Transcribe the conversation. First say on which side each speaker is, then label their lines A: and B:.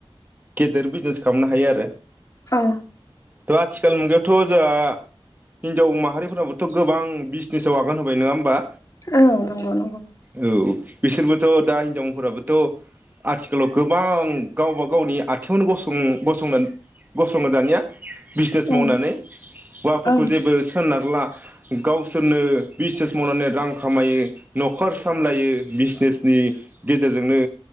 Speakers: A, on the right; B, on the left.
A: गेदेर बिजनेस खालामनो हायो आरो।
B: औ
A: थ' आथिखाल मुगायावथ' जोंहा हिन्जाव माहारिफोराबोथ' गोबां बिजनेसाव आगान होबाय नङा होमबा?
B: औ नंगौ नंगौ।
A: औ बिसोरबोथ' दा हिनजावफोराबोथ' आथिखालाव गोबां गावबा गावनि आथिङावनो गंसं गंसं गसंनो दानिया बिजनेस
B: ओं
A: मावनानै। हौवाफोरखौ
B: ओं
A: जेबो सोनारला। गावसोरनो बिजनेस मावनानै रां खामायो न'खर सामलायो बिजनेस नि गेजेरजोंनो